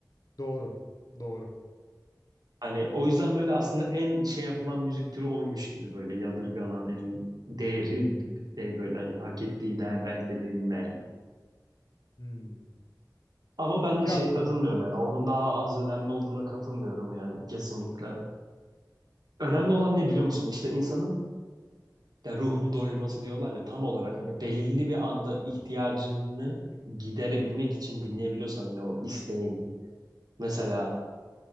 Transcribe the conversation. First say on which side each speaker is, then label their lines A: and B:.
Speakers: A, on the left (about 55°); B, on the right (about 60°).
A: Doğru. Doğru.
B: Hani o yüzden böyle aslında en şey yapılan müzik türü oymuş gibi böyle yadırganan en değeri şey böyle hani hak ettiği değer belki de verilmeyen.
A: Hmm.
B: Ama ben
A: Ya
B: de şeye katılmıyorum yani onun daha az önemli olduğuna katılmıyorum yani kesinlikle. Önemli olan ne biliyor musun? İşte insanın ya ruhunu doyurması diyorlar ya tam olarak hani belirli bir anda ihtiyacını giderebilmek için dinleyebiliyorsan hani o isteğini. Mesela